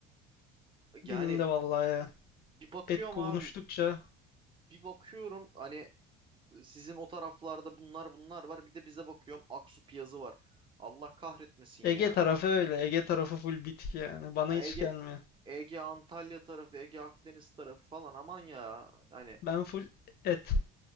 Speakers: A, on the left (about 50°); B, on the right (about 25°).
A: Benim
B: Yani
A: de vallahi ya.
B: bir bakıyorum
A: Et konuştukça
B: abi bir bakıyorum hani sizin o taraflarda bunlar bunlar var bir de bize bakıyorum Aksu Piyazı var. Allah kahretmesin
A: Ege
B: ya.
A: tarafı öyle. Ege tarafı full bitki yani. Bana hiç
B: Ege
A: gelmiyor.
B: Ege Antalya tarafı, Ege Akdeniz tarafı falan aman ya. Hani
A: Ben full et.